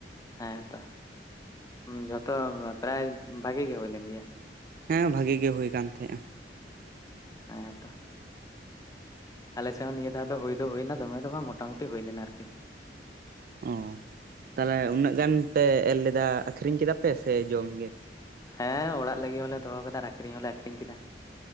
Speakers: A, on the left (about 20°); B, on the right (about 50°).
A: ᱦᱮᱸᱛᱚ ᱡᱷᱚᱛᱚ ᱯᱨᱟᱭ ᱵᱷᱟᱜᱮ ᱜᱮ ᱦᱳᱭ ᱞᱮᱱ ᱜᱮᱭᱟ᱾
B: ᱦᱮᱸ ᱵᱷᱟᱜᱮ ᱜᱮ ᱦᱳᱭ ᱠᱟᱱ ᱛᱟᱦᱮᱸᱜᱼᱟ᱾
A: ᱦᱮ ᱛᱚ ᱟᱞᱮ ᱥᱮᱫ ᱦᱚᱸ ᱱᱤᱭᱟᱹ ᱫᱷᱟᱣ ᱫᱚ ᱦᱩᱭ ᱫᱚ ᱦᱩᱭ ᱱᱟ ᱫᱚᱢᱮ ᱫᱚ ᱵᱟᱝ ᱢᱚᱴᱟ ᱢᱩᱴᱤ ᱦᱩᱭ ᱞᱮᱱᱟ ᱟᱨᱠᱤ᱾
B: ᱚ ᱛᱟᱦᱞᱮ ᱩᱱᱟᱹᱜ ᱜᱟᱱ ᱯᱮ ᱮᱨ ᱞᱮᱫᱟ ᱟᱠᱷᱨᱤᱧ ᱠᱮᱫᱟ ᱯᱮ ᱥᱮ ᱡᱚᱢ ᱜᱮ
A: ᱦᱮᱸ ᱚᱲᱟᱜ ᱞᱟᱹᱜᱤᱫ ᱦᱚᱸ ᱞᱮ ᱫᱚᱦᱚ ᱠᱟᱫᱟ ᱟᱠᱷᱨᱤᱧ ᱦᱚᱸᱞᱮ ᱟᱠᱷᱨᱤᱧ ᱠᱮᱫᱟ᱾